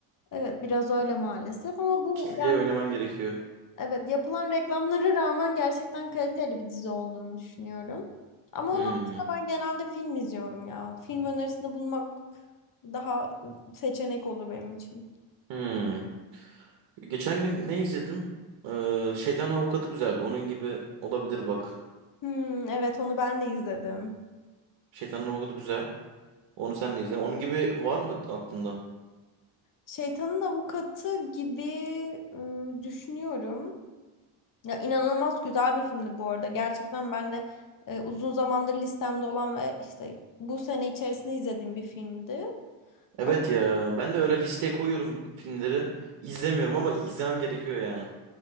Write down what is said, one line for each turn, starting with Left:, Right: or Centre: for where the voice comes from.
Left: Evet biraz öyle maalesef ama bu
Right: Kitleye
Left: yani
Right: oynaman gerekiyor.
Left: Evet, yapılan reklamlara rağmen gerçekten kaliteli bir dizi olduğunu düşünüyorum. Ama
Right: Hmm.
Left: onun haricinde ben genelde film izliyorum ya. Film önerisinde bulmak daha seçenek olur benim için.
Right: Hmm. Geçen gün ne izledim? Ee, Şeytanın Avukatı güzeldi. Onun gibi olabilir bak.
Left: Hmm, evet onu ben de izledim.
Right: Şeytanın Avukatı güzel. Onu sen de izle. Onun gibi var mı aklında?
Left: Şeytanın Avukatı gibi e, düşünüyorum. Ya inanılmaz güzel bir filmdi bu arada. Gerçekten ben de e, uzun zamandır listemde olan ve işte bu sene içerisinde izlediğim bir filmdi.
Right: Evet
Left: Onu
Right: ya ben de öyle listeye koyuyorum filmleri. İzlemiyorum ama izlemem gerekiyor yani.